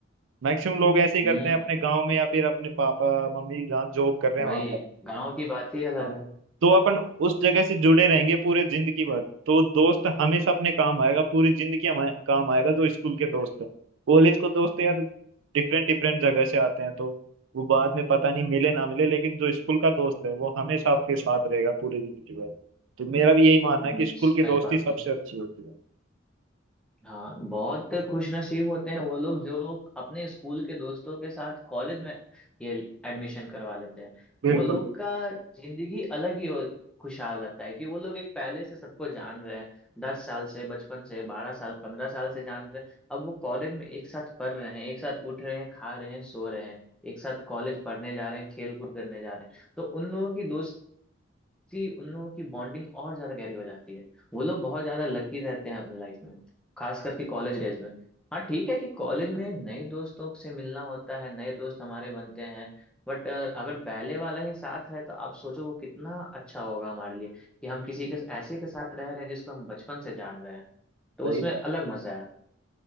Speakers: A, on the right (about 80°); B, in the centre.
A: मैक्सिमम लोग ऐसे ही करते
B: हम्म
A: हैं अपने गांव में या फिर अपने पापा मम्मी जहाँ जॉब कर रहे
B: वही
A: हैं वहां
B: गांव की बात ही अलग
A: हाँ
B: है
A: तो अपन उस जगह से जुड़े रहेंगे पूरे जिंदगी भर तो दोस्त हमेशा अपने काम आएगा पूरी जिंदगी हमारे काम आएगा जो स्कूल के दोस्त है कॉलेज को दोस्त यार डिफरेंट डिफरेंट जगह से आते हैं तो वो बाद में पता नहीं मिले ना मिले लेकिन जो स्कूल का दोस्त है वो हमेशा आपके साथ रहेगा पूरी जिंदगी भर तो मेरा भी यही मानना
B: हम्म,
A: है कि स्कूल
B: सही
A: की दोस्ती
B: बात
A: सबसे
B: है
A: अच्छी होती है
B: हाँ बहुत खुशनसीब होते हैं वो लोग जो अपने स्कूल के दोस्तों के साथ कॉलेज में ये एडमिशन करवा लेते हैं
A: बिल्कुल
B: वो लोग का जिंदगी अलग ही हो- खुशहाल रहता है कि वो लोग एक पहले से सबको जान रहे हैं दस साल से बचपन से बारह साल पंद्रह साल से जान रहे हैं अब वो कॉलेज में एक साथ पढ़ रहे हैं एक साथ उठ रहे हैं खा रहे हैं सो रहे हैं एक साथ कॉलेज पढ़ने जा रहे हैं खेल कूद करने जा रहे हैं तो उन लोगों की दोस्ती कि उन लोगों की बॉन्डिंग और ज्यादा गहरी हो जाती है वो लोग बहुत ज्यादा लकी रहते हैं अपने लाइफ में खास करके कॉलेज डेज में हाँ ठीक है कि कॉलेज में नए दोस्तों से मिलना होता है नए दोस्त हमारे बनते हैं बट अगर पहले वाला ही साथ है तो आप सोचो वो कितना अच्छा होगा हमारे लिए कि हम किसी के ऐसे के साथ रह रहे हैं जिसको हम बचपन से जान रहे हैं तो
A: सही
B: उसमें
A: बात
B: अलग मजा है